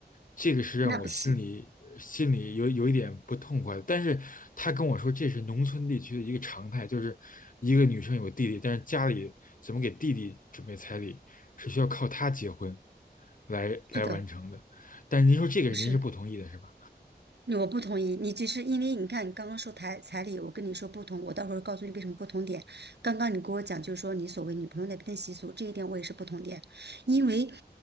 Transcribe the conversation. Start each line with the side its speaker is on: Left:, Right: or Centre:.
Left: 这个是让我心里心里有有一点不痛快的。
Right: 那不行，
Left: 但是他跟我说，这是农村地区的一个常态，就是一个女生有弟弟，但是家里怎么给弟弟准备彩礼，是需要靠他结婚来来完成的。
Right: 是的，
Left: 但是您说这个您是不同意的，
Right: 不是，
Left: 是吧？
Right: 我不同意。你就是因为你看，你刚刚说彩彩礼，我跟你说不同，我到时候告诉你为什么不同点。刚刚你跟我讲，就是说你所谓女朋友那边的习俗，这一点我也是不同点，因为